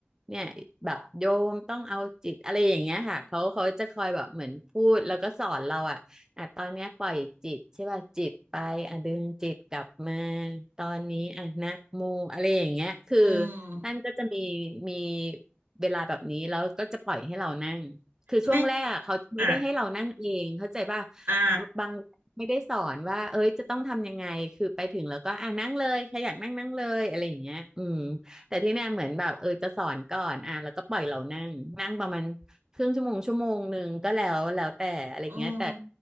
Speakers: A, on the right; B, on the right.
A: เนี่ยแบบโยมต้องเอาจิตอะไรอย่างเงี้ยค่ะเขาเขาจะคอยแบบเหมือนพูดแล้วก็สอนเราอ่ะอ่ะตอนเนี้ยปล่อยจิตใช่ป่ะจิตไปอ่ะดึงจิตกลับมาตอนนี้อ่ะนะโมอะไรอย่างเงี้ยคือ
B: อืม
A: ท่านก็จะมีมีเวลาแบบนี้แล้วก็จะปล่อยให้เรานั่ง คือช่วงแรกอะเขาไม่ได้ให้เรานั่งเองเข้าใจป่ะ
B: ไม่อ่ะอ่ะ
A: บางไม่ได้สอนว่าเอ้ยจะต้องทำยังไงคือไปถึงแล้วก็อ่ะนั่งเลยใครอยากนั่งนั่งเลยอะไรอย่างเงี้ยอืมแต่ที่เนี่ยเหมือนแบบเออจะสอนก่อนอ่ะแล้วก็ปล่อยเรานั่งนั่งประมาณครึ่งชั่วโมงชั่วโมงหนึ่งก็แล้วแล้วแต่อะไรอย่างเงี้ยแต่
B: อืม